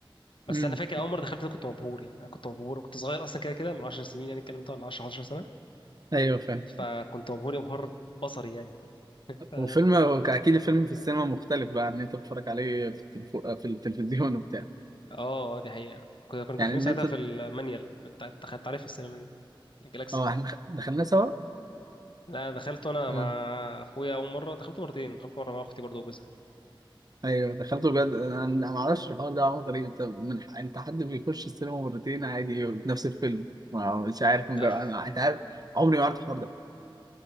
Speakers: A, on the left (about 65°); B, on the right (about 45°).
A: بس
B: مم.
A: أنا فاكر أول مرة دخلت ده كنت مبهور يعني أنا كنت مبهور وكنت صغير أصلا كده كده من 10 سنين يعني الكلام ده ولا 10 11 سنة
B: ايوه فاهم
A: فكنت مبهور يبهر بصري يعني ف
B: وفيلم اكيد الفيلم في السينما مختلف بقى عن ان انت بتتفرج عليه في التلفو... في التلفزيون وبتاع
A: اه دي حقيقة كنا كنا داخلين
B: يعني ان
A: ساعتها
B: انت
A: في المانيال بتاع دخلت عليه في السينما دي الجلاكسي
B: اه احنا دخلنا سوا
A: لا أنا دخلته انا
B: آه،
A: مع اخويا اول مرة دخلته مرتين دخلت مرة مع اختي برضه وجوزها
B: ايوه دخلته بجد انا أنا ما اعرفش الحوار ده عمل غريب انت من ح... انت حد بيخش السينما مرتين عادي نفس الفيلم ما مش عارف من
A: أف...
B: جر... انا انت عارف عمري ما عرفت الحوار ده